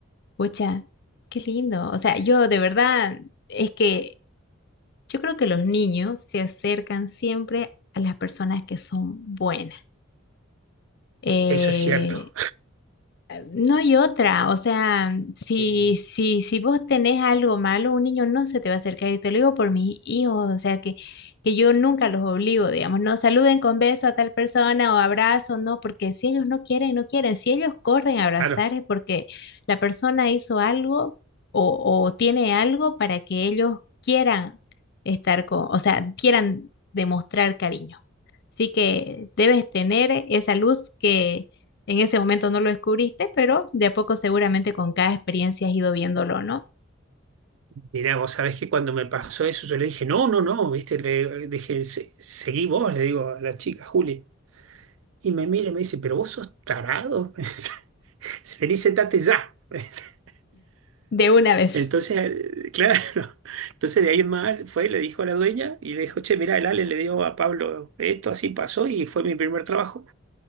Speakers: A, on the left; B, on the right.
A: Pucha, qué lindo. O sea, yo de verdad, es que yo creo que los niños se acercan siempre a las personas que son buenas. Eh,
B: Eso es cierto.
A: eh, No hay otra, o sea, si,
B: Eh,
A: si, si vos tenés algo malo, un niño no se te va a acercar y te lo digo por mis hijos, o sea, que, que yo nunca los obligo, digamos, no saluden con beso a tal persona o abrazo, no, porque si ellos no quieren, no quieren, si ellos corren a abrazar
B: Claro,
A: es porque la persona hizo algo o, o tiene algo para que ellos quieran estar con, o sea, quieran demostrar cariño. Sí que debes tener esa luz que en ese momento no lo descubriste, pero de a poco seguramente con cada experiencia has ido viéndolo, ¿no?
B: mirá, vos sabés que cuando me pasó eso, yo le dije, no, no, no, viste, le dije, "Se- seguí vos, le digo a la chica, Juli. Y me mira y me dice, pero vos sos tarado. <laughs> Vení, sentate ya. <laughs>
A: De una vez.
B: Entonces, <laughs> claro, entonces de ahí en más fue, y le dijo a la dueña y le dijo, che, mirá, el Ale le dio a Pablo esto, así pasó y fue mi primer trabajo.